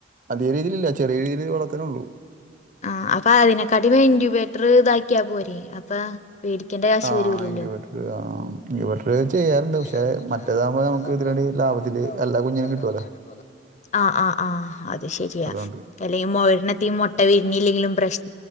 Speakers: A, on the right (about 45°); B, on the left (about 40°).
A: അതേ രീതിയിലില്ല ചെറിയ രീതിയിൽ വളർത്താനുള്ളൂ.
B: ആഹ് അപ്പൊ അതിനെക്കാട്ടി ഇങ്കുബേ റ്റർ ഇതാക്കിയാ പോരെ അപ്പ വേടിക്കേണ്ട കാശ്
A: ആ
B: വരൂല്ലല്ലോ.
A: ഇൻക്യുബേറ്റർ ആ ഇൻക്യുബേറ്റർ ചെയ്യാറുണ്ട്.
B: <unintelligible>
A: പക്ഷേ മറ്റേതാകുമ്പോ നമുക്ക് ഇതിലൂടെ ലാഭത്തില് എല്ലാ കുഞ്ഞിനേം കിട്ടുവല്ലോ.
B: ആഹ് ആഹ് ആഹ് അത് ശരിയാ.
A: അതുകൊണ്ട്
B: അല്ലെങ്കിൽ <unintelligible> മുട്ട വിരിഞ്ഞല്ലെങ്കിലും പ്രശ്നം.